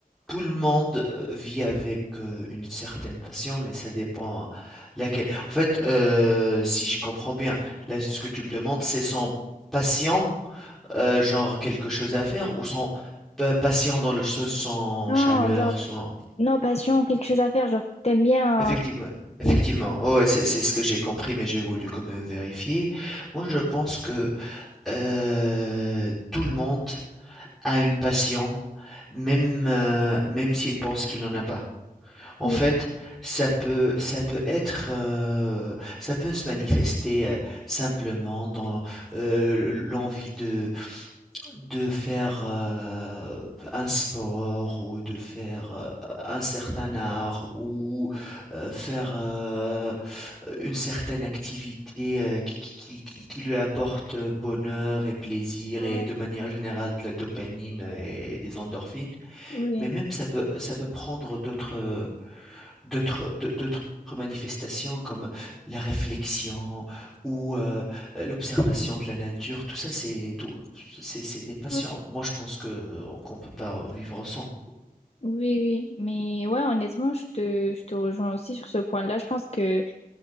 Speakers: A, in the centre; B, on the left.
A: tout le monde euh, vit avec euh, une certaine passion, mais ça dépend laquelle. En fait, euh, si je comprends bien, là, ce que tu me demandes, c'est son patient Heu, genre quelque chose à faire ou sans pa patient dans le so sans
B: Non,
A: chaleur,
B: genre,
A: sans
B: Non, passion ou quelque chose à faire. Genre, t'aimes bien.
A: effectivement
B: euh,
A: effectivement,
B: Oui,
A: oh ouais, c'est c'est ce que j'ai compris, mais j'ai voulu quand même vérifier. Moi, je pense que, heu, tout le monde a une passion, même, heu, même s'il pense qu'il n'en a pas. En
B: oui,
A: fait, ça peut ça peut être, heu, ça peut se manifester, heu, simplement dans, heu, le l'envie de De faire, heu, un sport ou de faire, heu, un certain art ou, heu, faire, heu, une certaine activité, heu, qui qui qui qui qui lui apporte, bonheur et plaisir et
B: ouais,
A: de manière générale de la dopamine et des endorphines.
B: oui.
A: Mais même ça peut ça peut prendre d'autres, D'autres d'au d'autres manifestations comme la réflexion ou, heu, l'observation de la nature, tout ça c'est tout c'est c'est des passions.
B: ouais.
A: Moi, je pense que qu'on peut pas vivre sans.
B: Oui, oui, mais ouais, honnêtement, je te, je te rejoins aussi sur ce point-là. Je pense que euh,